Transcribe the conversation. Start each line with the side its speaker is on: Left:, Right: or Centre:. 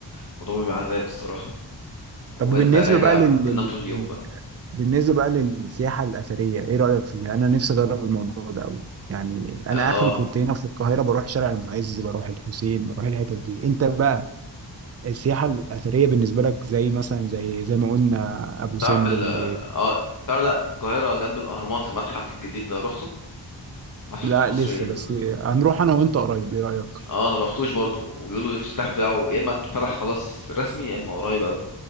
Left: الموضوع بيبقى عذاب الصراحه وانت
Right: طب بالنسبة
Left: راجع
Right: بقى لل...
Left: بتنام
Right: لل...
Left: طول اليوم
Right: لل-
Left: بقى
Right: بالنسبة بقى للسياحة الأثرية إيه رأيك فيها؟ أنا نفسي أجرب الموضوع ده أوي يعني
Left: اه
Right: أنا آخري كنت هنا في القاهرة بروح شارع المعز بروح الحسين بروح الحتت دي أنت بقى السياحة الأثرية بالنسبة لك زي مثلا زي زي ما قلنا أبو سمبل
Left: تعرف ال
Right: و...
Left: اه تعرف لا في القاهره جنب الاهرامات المتحف الجديد ده روحته المتحف
Right: لا
Left: المصري
Right: لسه
Left: ال...
Right: بس هنروح أنا وأنت قريب إيه رأيك؟
Left: اه انا ما رحتوش برضو وبيقولوا الافتتاح بتاعه يا اما اتفتح خلاص رسمي يا اما قريب قوي